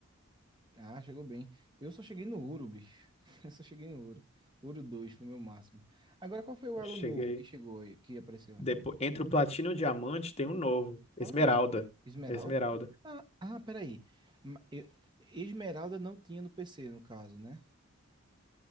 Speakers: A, on the right; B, on the left.
A: Ah, chegou bem. Eu só cheguei no ouro, bicho. <laughs> Eu só cheguei no ouro. Ouro 2 foi o meu máximo. Agora, qual foi o
B: Eu
A: elo
B: cheguei.
A: novo que chegou aí, que apareceu?
B: Depois, entre o platina e o diamante tem um novo,
A: Qual
B: Esmeralda.
A: é? Esmeralda?
B: Esmeralda.
A: Ah, ah, ah, peraí. Ma- eu- Esmeralda não tinha no PC, no caso, né?